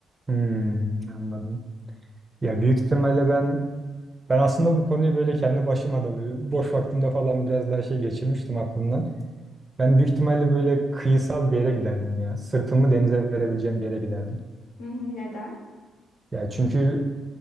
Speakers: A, on the right (about 25°); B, on the left (about 85°).
A: Hmm, anladım. Ya büyük ihtimalle ben ben aslında bu konuyu böyle kendi başıma da böyle boş vaktimde falan biraz daha şey geçirmiştim aklımdan. Ben büyük ihtimalle böyle kıyısal bir yere giderdim ya. Sırtımı denize verebileceğim bir yere giderdim.
B: Hı hı, neden?
A: Ya çünkü